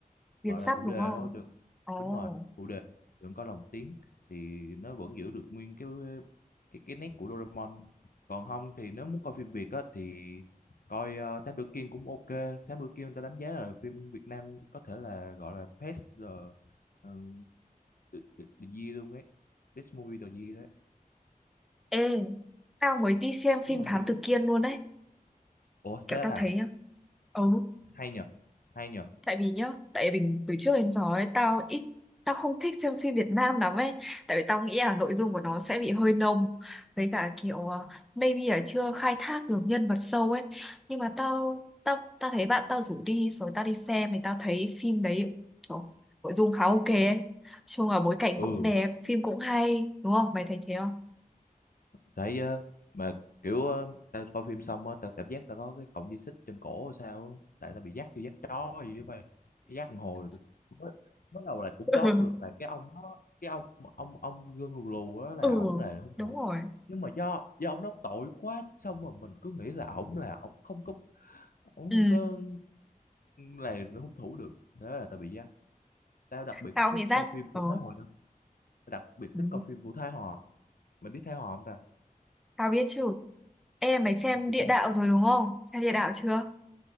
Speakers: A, in the centre; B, on the left.
A: Việt
B: gọi
A: sắp
B: là phụ
A: đúng
B: đề
A: không?
B: thôi được
A: Ồ.
B: đúng rồi phụ đề đừng coi lồng tiếng thì nó vẫn giữ được nguyên cái cái cái nét của Doraemon còn không thì nếu muốn coi phim Việt á thì coi ờ, Thám Tử Kiên cũng ok Thám Tử Kiên ta đánh giá là phim Việt Nam có thể là gọi là best uh, the, the, the Year luôn ấy Best Movie of the Year đấy
A: Ê, tao mới đi xem phim
B: rất là
A: Thám
B: hay
A: Tử Kiên luôn đấy.
B: ủa
A: Kiểu
B: thế
A: tao
B: à
A: thấy nhá. Ừ,
B: hay nhờ hay nhờ
A: tại vì nhá tại vì mình từ trước đến giờ ấy tao ít tao không thích xem phim Việt Nam lắm ấy tại vì tao nghĩ là nội dung của nó sẽ bị hơi nông với cả kiểu ờ, maybe là chưa khai thác được nhân vật sâu ấy nhưng mà tao tao tao thấy bạn tao rủ đi rồi tao đi xem thì tao thấy phim đấy trời, nội dung khá ok ấy chung là bối cảnh
B: ừ
A: cũng đẹp phim cũng hay đúng không mày thấy thế không
B: thấy ờ, mà kiểu ờ, tao coi phim xong á tao cảm giác tao có cái cọng dây xích trên cổ hay sao á. tại tao bị dắt vô dắt chó hay gì đó mày Cái dắt thằng hồi tụi- mới, mới đầu là cũng
A: <laughs>
B: đoán được là cái ông đó cái ông ông ông gân lù lù đó là
A: ừ
B: ổng là hung thủ
A: đúng rồi
B: nhưng mà do do ông đó tội quá xong rồi mình cứ nghĩ là ổng là ổng không có ổng
A: ừ
B: không có là hung thủ được thế là tao bị dắt tao đặc biệt
A: tao
B: thích
A: nghĩ giác
B: coi phim
A: ờ
B: của Thái Hòa đâu, tao đặc biệt
A: ừ.
B: thích coi phim của Thái Hòa mày biết Thái Hòa không ta
A: tao biết chứ Ê mày xem
B: Ở phim
A: địa
B: Thái
A: đạo
B: Hòa
A: rồi đúng không? Xem địa đạo chưa?